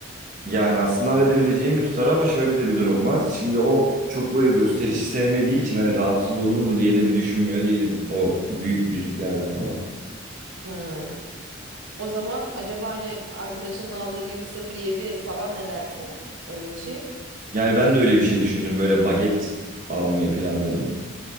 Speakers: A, on the right; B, on the right.
A: Yani aslında halledebileceğim bir tutar ama şöyle de bir durum var. Şimdi o çok böyle gösterişi sevmediği için hani rahatsız olur mu diye de bir düşünmüyor değilim. O büyük yüzüklerden falan.
B: Hı. O zaman acaba hani arkadaşının aldığı gibi sıfır yedi falan ne dersin? Öyle bir şey.
A: Yani ben de öyle bir şey düşündüm. Böyle baget almayı planladım.